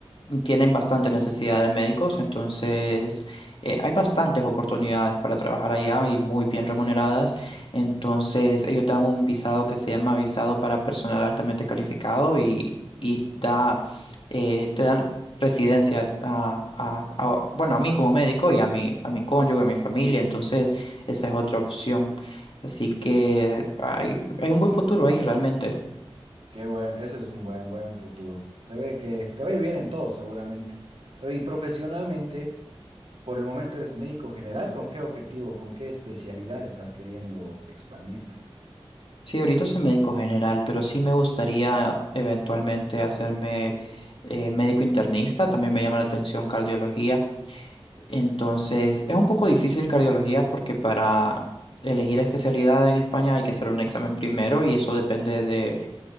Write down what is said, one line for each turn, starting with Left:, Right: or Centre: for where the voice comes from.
Left: tienen bastante necesidad de médicos, entonces eh, hay bastantes oportunidades para trabajar allá y muy bien remuneradas. Entonces ellos dan un visado que se llama visado para personal altamente calificado y, y da, eh, te dan residencia a, a- a- bueno, a mí como médico y a mi, a mi cónyuge, a mi familia, entonces esa es otra opción. Así que hay, hay un buen futuro ahí realmente.
Right: Qué bueno, ese es un buen, buen futuro. Se ve que te va a ir bien en todo, seguramente. Pero y profesionalmente, por el momento eres médico general, ¿con qué objetivo, con qué especialidad estás queriendo expandirte?
Left: Sí, ahorita soy médico general, pero sí me gustaría eventualmente hacerme eh, médico internista. También me llama la atención cardiología. Entonces, es un poco difícil cardiología porque para elegir especialidad en España hay que hacer un examen primero y eso depende de,